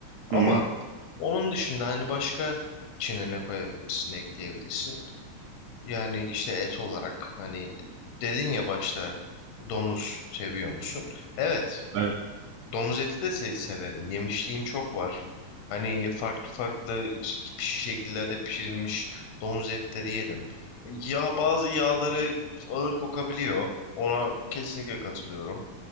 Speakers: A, on the left; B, on the right.
A: Ama
B: Hı hı.
A: onun dışında hani başka içine ne koyabilirsin, ekleyebilirsin. Yani işte et olarak hani dedin ya başta domuz seviyor musun? Evet,
B: Evet.
A: domuz eti de se- severim. Yemişliğim çok var. Hani farklı farklı ş- şekillerde pişirilmiş domuz etleri yedim. Ya bazı yağları ağır kokabiliyor. Ona kesinlikle katılıyorum.